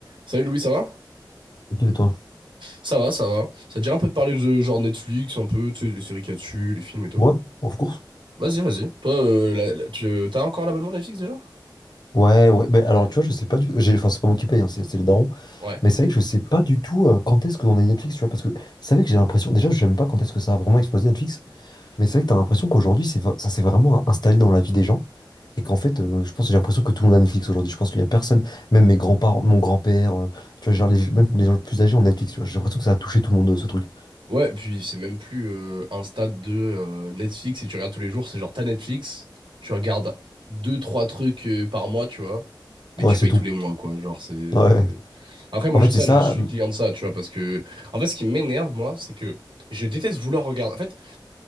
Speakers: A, on the right (about 85°); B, on the left (about 60°).
A: Salut Louis, ça va?
B: Ok, et toi?
A: Ça va, ça va. Ça te dirait un peu de parler de genre Netflix, un peu, tu sais, les séries qu'il y a dessus, les films et tout.
B: Ouais, of course.
A: Vas-y, vas-y. Toi, euh, la- la- tu, t'as encore l'abonnement Netflix déjà?
B: Ouais, ouais. Mais alors, tu vois, je sais pas du tout. Enfin, c'est pas moi qui paye, hein, c'est c'est le daron.
A: Ouais.
B: Mais c'est vrai que je sais pas du tout euh, quand est-ce que on a Netflix, tu vois. Parce que c'est vrai que j'ai l'impression. Déjà, j'aime pas quand est-ce que ça a vraiment explosé Netflix. Mais c'est vrai que t'as l'impression qu'aujourd'hui, c'est va- ça s'est vraiment installé dans la vie des gens. Et qu'en fait, euh, je pense j'ai l'impression que tout le monde a Netflix aujourd'hui. Je pense qu'il y a personne, même mes grands-parents, mon grand-père, euh, tu vois, genre les, même les gens plus âgés ont Netflix, tu vois. J'ai l'impression que ça a touché tout le monde, euh, ce truc.
A: Ouais, puis c'est même plus euh, un stade de euh, Netflix et tu regardes tous les jours, c'est genre t'as Netflix, tu regardes deux, trois trucs euh, par mois, tu vois, mais
B: Ouais,
A: tu
B: c'est
A: payes
B: tout.
A: tous les mois, quoi. Genre, c'est.
B: Ouais.
A: Après, moi,
B: En fait,
A: je, ça,
B: c'est ça.
A: je suis
B: euh,
A: client de ça, tu vois, parce que. En fait, ce qui m'énerve, moi, c'est que je déteste vouloir regarder. En fait.